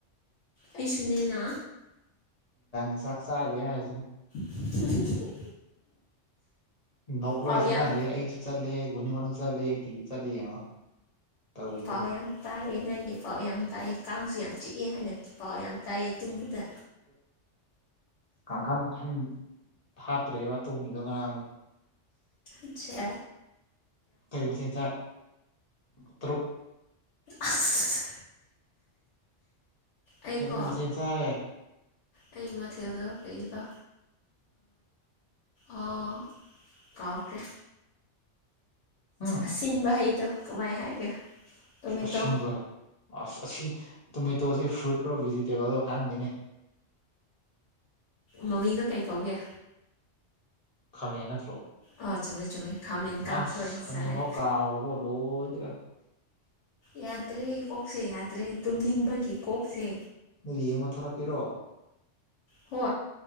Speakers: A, on the left; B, on the left.
A: ꯑꯩꯁꯨꯅꯦꯅ
B: ꯎ ꯁꯛꯁꯗꯦ ꯍꯥꯏ
A: <unintelligible>
B: ꯅꯣꯛ
A: ꯄꯥꯎ
B: ꯂꯣꯏ ꯆꯠꯅꯈ꯭ꯔꯦ
A: ꯌꯥꯝ
B: ꯑꯩꯁꯨ ꯆꯠꯂꯦ ꯒꯨꯅꯤꯒꯣꯟꯁꯨ ꯆꯠꯂꯦ ꯇꯤꯁꯨ ꯆꯠꯂꯦ ꯌꯦꯡꯉꯣ ꯇꯧꯔꯤꯗꯣ
A: ꯄꯥꯎ ꯌꯥꯝ ꯇꯥꯏꯌꯦ ꯅꯪꯒꯤ ꯄꯥꯎ ꯌꯥꯝ ꯇꯥꯏꯌꯦ ꯀꯥꯡꯁꯨ ꯌꯥꯝ ꯆꯤꯛꯑꯦ ꯍꯥꯏꯅ ꯄꯥꯎ ꯌꯥꯝ ꯇꯥꯏꯑ ꯇꯨꯝꯕꯗ
B: ꯀꯥꯡꯈꯟꯟ ꯊꯥꯞꯇ꯭ꯔꯦꯕꯇꯣꯝꯅꯤꯗꯣ ꯀꯅꯥꯗꯣ
A: ꯑꯆꯥ
B: ꯀꯩ ꯃꯆꯤꯟꯖꯥꯛ ꯇꯔꯨꯛ
A: ꯑꯁ ꯑꯩꯀꯣ
B: ꯔꯤ ꯃꯊꯦꯜ ꯆꯥꯔꯦ
A: ꯑꯩ ꯃꯊꯦꯜꯖ ꯀꯩꯕ ꯑꯣ ꯀꯥꯎꯒꯦ
B: ꯎꯝ
A: ꯑꯁꯤꯟꯕ ꯍꯩꯗꯣ ꯀꯃꯥꯏ ꯍꯥꯏꯒꯦ ꯇꯣꯃꯦꯇꯣ
B: ꯑꯁꯤꯟꯕ ꯑꯁ ꯑꯁꯤꯟ ꯇꯣꯃꯦꯇꯣꯁꯦ ꯐ꯭ꯔꯨꯏꯠꯔꯣ ꯚꯤꯖꯤꯇꯦꯕꯜꯗꯣ ꯈꯪꯗꯦꯅꯦ
A: ꯃꯃꯤꯡꯗꯣ ꯀꯩ ꯀꯧꯒꯦ
B: ꯈꯥꯃꯦꯟ ꯅꯠꯇ꯭ꯔꯣ
A: ꯑꯥ ꯆꯨꯝꯃꯦ ꯆꯨꯝꯃꯦ ꯈꯥꯃꯦꯟ ꯀꯥꯡꯁꯣꯏ
B: ꯑꯁ ꯈꯥꯃꯦꯟꯐꯥꯎ
A: ꯆꯥꯏ
B: ꯀꯥꯎꯔꯕꯣ ꯂꯣꯏꯗꯒ
A: ꯌꯥꯗ꯭ꯔꯦ ꯀꯣꯛꯁꯦ ꯌꯥꯗ꯭ꯔꯦ ꯇꯨꯝꯅꯤꯡꯕꯒꯤ ꯀꯣꯛꯁꯦ
B: ꯅꯣꯏ ꯌꯦꯡꯕ ꯊꯣꯛꯂꯛꯀꯦꯔꯣ
A: ꯍꯣ